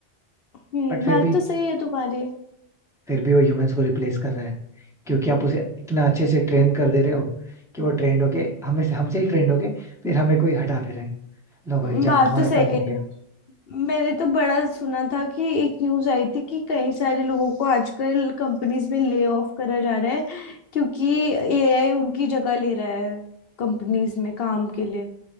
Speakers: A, on the left (about 60°); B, in the centre.
A: हम्म
B: बट फिर
A: बात
B: भी
A: तो सही है तुम्हारी
B: फिर भी वो ह्यूमंस को रिप्लेस कर रहा है क्योंकि आप उसे इतना अच्छे से ट्रेन कर दे रहे हो कि वो ट्रेंड होके हमें से हमसे ही ट्रेंड होके फिर हमें कोई हटा दे रहा है लो भाई
A: हम्म,
B: जाओ
A: बात
B: तुम्हारा
A: तो सही
B: काम हो
A: है
B: गया
A: मैंने तो बड़ा सुना था कि एक न्यूज आई थी कि कई सारे लोगों को आजकल कंपनीज में ले ऑफ करा जा रहा है क्योंकि एआई उनकी जगह ले रहा है कंपनीज में काम के लिए